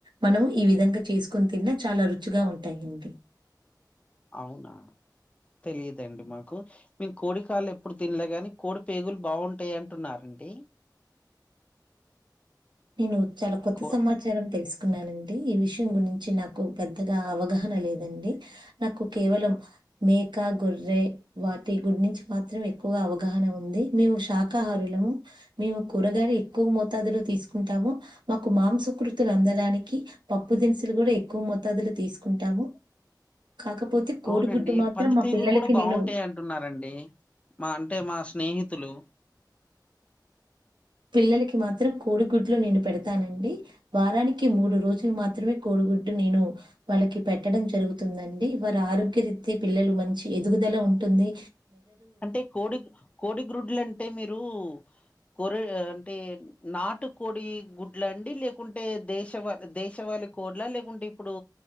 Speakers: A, on the right; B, on the left.
A: మనం ఈ విధంగ చెస్ చేస్కొని తిన్న చాల రుచిగా ఉంటాయండి
B: అవునా తెలియదండి మాకు మేము కోడి కాళ్లు ఎప్పుడు తినలే గాని కోడి పేగులు బాగుంటాయి అంటున్నరండి
A: నేను చాల కొత్త
B: కో
A: సమాచారం తెల్సు కున్నానండి ఈ విషయం గురించి నాకు పెద్దగ అవగాహన లేదండి నాకు కేవలం మేక గొర్రె వాటి గుడి నుంచి మాత్రం ఎక్కువగా అవగాహన ఉంది మేము శాకాహారు ళము మేము కూరగాయ ఎక్కువ మోతాదులో తీస్ కుంటాము మాకు మాంసకృతులు అందడానికి పప్పు దినుసులు కూడా ఎక్కువ మొతాదులు తీసుకుంటాము కాకపోతే కోడిగుడ్డు
B: అవునండి
A: మాత్రం
B: పంది
A: మా
B: పేగులు
A: పిల్లలకి
B: కూడ బాగుంటాయి
A: నేను
B: అంటున్నరండి మా అంటే మా స్నేహి తులు
A: పిల్లలకి మాత్రం కోడిగుడ్లు నేను పెడతానండి వారానికి మూడు రోజులు మాత్రమే కోడిగుడ్ నేను వాళ్ళకి పెట్టడం జరుగుతుందండి వారి ఆరోగ్య రీతి పిల్లలు మంచి ఎదుగుదల ఉంటు ఉంది
B: అంటే కోడి కోడి గ్రుడ్లు అంటే మీరు కొర అంటే నాటు కోడి గుడ్ల అండి లేకుంటే దేశవ దేశవ కోలా లేకుంటే ఇప్పుడు